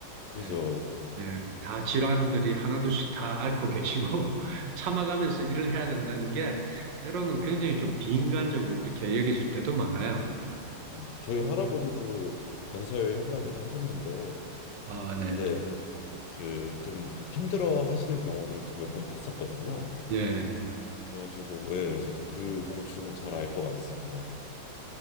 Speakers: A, on the left; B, on the right.
A: 그죠.
B: 예, 예, 다 질환들이 하나둘씩 다 앓고 계시고 <laughs> 참아가면서 일을 해야 된다는 게 때로는 굉장히 좀 비인간적으로 이렇게 여겨질 때도 많아요.
A: 음, 저희 할아버지도 건설 현장 일을 하셨는데,
B: 아, 네.
A: 근데 그 좀 힘들어 하시는 경우들을 좀 몇 번 봤었거든요.
B: 예,
A: 그래가지고, 예, 저도 그 고충 잘 알 것 같습니다.